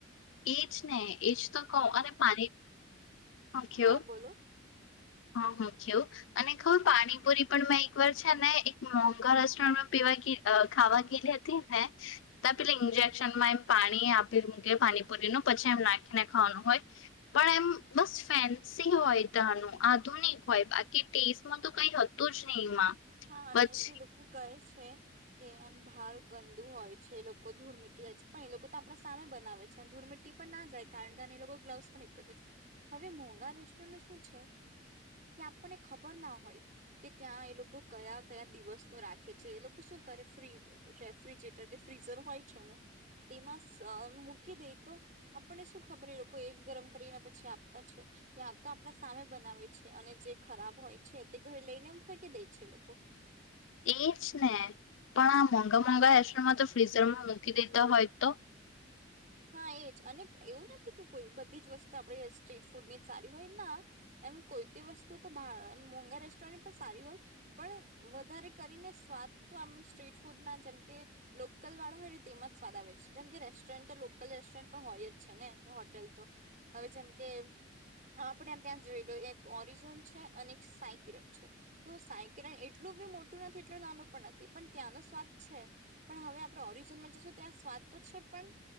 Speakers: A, on the left (about 80°); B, on the right (about 40°).
A: એજ ને એજ. તો કઉ અને પાણી મૂક્યું
B: હા બોલો.
A: હા હું થ્યું અને ખબર પાણીપુરી પણ મેં એક વાર છે ને એક મોંઘા રેસ્ટોરન્ટમાં પીવા અ ખાવા ગેલી હતી ને ત પે ઇન્જેક્શનમાં એમ પાણી આપી મૂકે પાણીપુરીનું પછી એમ નાખીને ખાવાનું હોય પણ એમ બસ ફેન્સી હોય તાનુ આ તું નહી હોય બાકી ટેસ્ટમાં તો કઈ હતું જ નહીં એમાં.
B: હા અને
A: પછી
B: જે લોકો કહે છ છે કે એમ ભાર ગંદુ હોય છે એ લોકો ધૂળ મીટી જાય પણ એ લોકો તો આપણા સામે બનાવે છે અને ધૂળ મીટી પણ ના જાય કારણ કે એ લોકો ગ્લવસ પણ <unintelligible> છે હવે મોંઘા રેસ્ટોરન્ટ શું છે કે આપણને ખબર ના હોય કે ત્યાં એ લોકો કયા કયા દિવસ નું રાખે છે એ લોકો શું કરે ફ્રી રેફ્રિજરેટર કે ફ્રીઝર હોય છે ને તેમાં સ અ મૂકી દે તો આપણને શું ખબર એ લોકો એ જ ગરમ કરીને પછી આપતા છે ત્યાં તો આપણા સામે બનાવે છે અને જે ખરાબ હોય છે તે ઘરે લઈને ફેંકી દે છે લોકો. <unintelligible>
A: એજ ને પણ આ મોંઘા મોંઘા રેસરનમાં તો ફ્રીઝરમાં મૂકી દેતા હોય તો.
B: હા એજ અને એવું નથી કે કોઈ બધી જ વસ્તુ આપણે સ્ટ્રીટ ફૂડ ની સારી હોય ના એમ કોઈ કોઈ વસ્તુ તોભા મોંઘા રેસ્ટોરન્ટની પણ સારી હોય પણ વધારે કરીને સ્વાદ તો આમ સ્ટ્રીટ ફૂડ ના જેમ કે લોકલ વાળા હોય ને તેમાં જ સ્વાદ આવે છે જેમકે રસ્ટ રન્ટ તો લોકલ રેસ્ટોરન્ટ પણ હોય જ છે ને હોટેલ તો હવે જેમ કે આપણેે ત્યાં જોઈ લો એક ઓરિઝોન છે અને એક સાયકિરન છે તો સાયકિરન એટલું બી મોટું નથી એટલ નાનું પણ નથી પણ ત્યાંનો સ્વાદ છે પણ હવે આપણે ઓરિઝોનમાં જશું ત્યાં સ્વાદ તો છે પણ